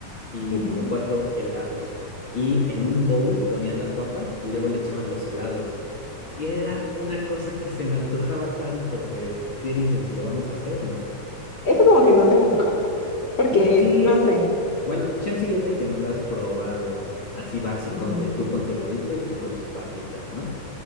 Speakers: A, on the left; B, on the left.
A: y
B: Ujú.
A: como cuatro helados. Y en un bowl ponían las papas y luego le echaban los helados. Y era una cosa que se me antojaba tanto, Fer. ¿Qué dices? ¿Lo vamos a hacer o no?
B: Eso como que no se me antoja tanto. Porque,
A: ¿Por qué?
B: no sé.
A: Bueno, chance y es de que no lo has probado así básico,
B: mm,
A: de tú con tu heladito y tú con tus papitas, ¿no?